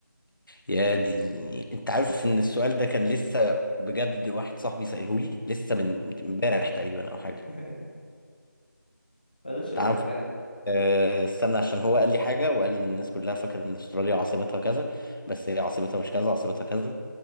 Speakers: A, on the left; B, on the left.
A: يا دي انت عارف ان السؤال ده كان لسه بجد واحد صاحبي سأله لي لسه من
B: <laughs>
A: امبارح تقريبا او حاجه
B: ما قدرتش
A: تعال
B: اقول لك
A: نف-
B: كندا
A: آه، استنى عشان هو قال لي حاجه وقال لي ان الناس كلها فاكره ان استراليا عاصمتها كذا بس هي عاصمتها مش كذا عاصمتها كذا